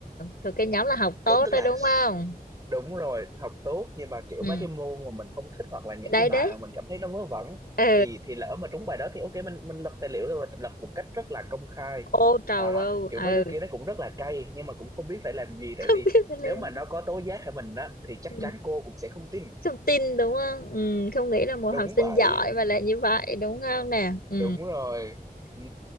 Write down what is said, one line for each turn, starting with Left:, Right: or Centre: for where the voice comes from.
Left: thuộc cái nhóm là học
Right: đúng
Left: tốt
Right: tức
Left: đó
Right: là
Left: đúng không
Right: đúng rồi học tốt nhưng mà kiểu
Left: ừ
Right: mấy cái môn mà mình không thích hoặc là những
Left: đấy
Right: cái bài
Left: đấy
Right: mà mình cảm thấy nó vớ vẩn
Left: ừ
Right: thì thì lỡ mà trúng bài đó thì ok mình mình lật tài liệu rồi lật một cách rất là công khai
Left: ô trầu
Right: đó
Left: âu
Right: kiểu
Left: ừ
Right: mấy đứa
Left: <laughs>
Right: kia nó cũng rất là cay nhưng mà cũng không biết phải làm gì tại
Left: không
Right: vì
Left: biết phải lên
Right: nếu mà nó có tố giác hay mình á thì chắc
Left: ừ.
Right: chắn cô cũng sẽ không tin
Left: không tin đúng không ừ. không nghĩ là một
Right: đúng
Left: học sinh
Right: vậy
Left: giỏi mà lại như vậy đúng không nè ừ
Right: đúng rồi ừ.